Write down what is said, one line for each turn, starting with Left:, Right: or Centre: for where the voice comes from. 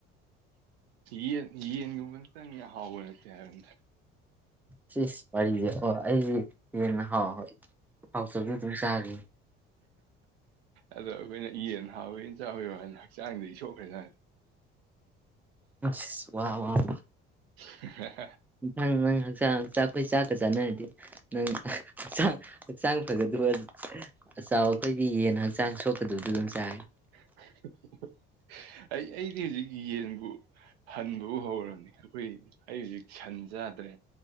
Right: ꯏ ꯏ ꯌꯕ ꯆꯅꯤ ꯍꯥꯎꯕꯠꯇꯦ ꯌꯥꯔ
Centre: ꯁꯤꯁ ꯋꯥꯔꯤꯁꯦ ꯑꯣ ꯑꯩꯁꯤꯦ ꯍꯦꯟꯅ ꯍꯥꯎ ꯍ ꯍꯥꯎꯆꯕꯗꯤ ꯑꯗꯨꯝ ꯆꯥꯈꯤ
Right: ꯑꯗꯣ ꯑꯩꯈꯣꯏꯅ ꯌꯦꯟ ꯍꯥꯎꯋꯅꯤ ꯆꯥꯕꯤꯔꯣ ꯍꯥꯏꯅ ꯍꯛꯆꯥꯡꯗ ꯏꯁꯣꯛꯈ꯭ꯔꯖ
Centre: ꯑꯏ ꯋꯥ ꯋꯥ ꯋꯥ
Right: ꯍ
Centre: ꯊꯪ ꯅꯪ ꯍꯛꯆꯥꯡ ꯆꯥꯛ ꯑꯩꯈꯣꯏ ꯆꯥꯛꯀꯁꯤ ꯖꯅꯥ ꯍꯥꯏꯗꯤ ꯅꯪ ꯍꯛꯆꯥꯡ ꯍꯛꯆꯥꯡ ꯐꯒꯗ꯭ꯔꯣ ꯑꯆ ꯑꯩꯈꯣꯏꯗꯤ ꯌꯦꯟ ꯍꯛꯆꯥꯡ ꯁꯣꯛꯀꯗꯕꯗ ꯑꯗꯨꯝ ꯆꯥ
Right: <unintelligible> ꯑꯩ ꯑꯩꯗꯤ ꯍꯧꯖꯤꯛ ꯌꯦꯟꯕꯨ ꯍꯟꯕꯕꯨ ꯍꯧꯔꯕꯅꯤ ꯑꯩꯈꯣꯏ ꯑꯩ ꯍꯧꯖꯤꯛ ꯁꯟ ꯆꯥꯗ꯭ꯔꯦ